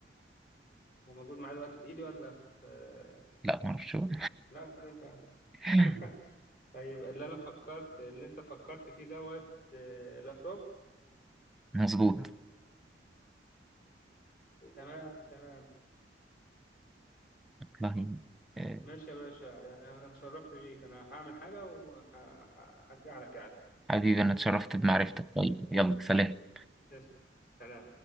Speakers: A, on the left; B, in the centre.
A: وموجود معايا دلوقتي في ايدي ولا في آه،
B: لا ما اعرفش بقى.
A: لا ده انت
B: <laughs>
A: <laughs> طيب اللي انا فكرت اللي انت فكرت فيه دوت آه، لابتوب
B: مظبوط
A: تمام تمام
B: والله آه،
A: ماشي يا باشا يعني انا اتشرفت بيك انا هعمل حاجة وهرجع لك يعني
B: حبيبي انا اتشرفت بمعرفتك طيب يلا سلام
A: تسلم سلام.